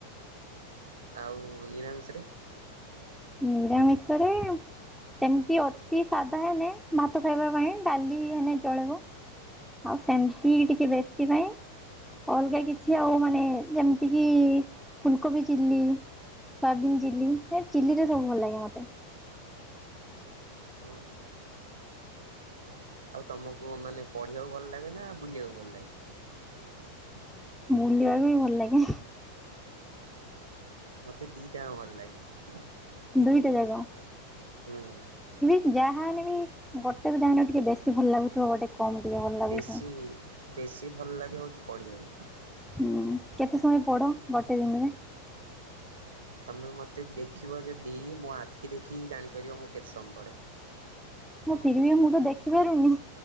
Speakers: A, on the right (about 65°); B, in the centre.
A: ଆଉ ନିରାମିଂଷରେ?
B: ନିରାମିଷରେ ସେମତି ଅତି ଶାଧା ହେନେ ଭାତ ଖାଇବା ପାଇଁ ଡାଲି ହେନେ ଚଳିବ ଆଉ ସେମତି ଟି କେ ବେଶୀ ନାଇଁ ଅଲଗା କିଛି ଆଉ ମାନେ ଯେମତି କିି ଫୁଲକୋବି ଚିଲ୍ଲି ସୋୟାବିିନ ଚିଲ୍ଲି ହେ ଚିଲିରେ ସବୁ ଭଲଲାଗେ ମତେ।
A: ଓଃ। ଆଉ ତମକୁ ମାନେ ପଢିବାକୁ ଭଲ ଲାଗେ ନା ବୁଲିବାକୁ ଭଲ ଲାଗେ?
B: ବୁଲିବାକୁ ହିଁ ଭଲଲାଗେ।
A: ମତେ ଦିଇଟା ଆଙ୍କ ଭଲଲାଗେ।
B: ଦୁଇଟା ଜାକ।
A: ହୁଁ।
B: ଯାହା ହେନେ ବି ଗୋଟେ ତ ଯାହାନେ ଟିକେ ବେଶୀ ଭଲ ଲାଗୁଥିବ ଗୋଟେ କମ୍ ଟିକେ ଭଲ ଲାଗୁଥିବ
A: ବେଶୀ ବେଶୀ ଭଲ ଲାଗେ ହୋଉଚି ପଢିବାକୁ।
B: ହୁଁ କେତେ ସମୟ ପଢ ଗୋଟେ ଦିନରେ?
A: ତମେ ମତେ ଦେଖିବ ଯଦି ମୋ ଆଖି ଦେଖିକି ଜାଣିପାରିବ ମୁଁ କେତେ ସମୟ ପଢେ।
B: ହଁ ଫିର୍ ଭି ମୁଁ ତ ଦେଖିପାରୁନି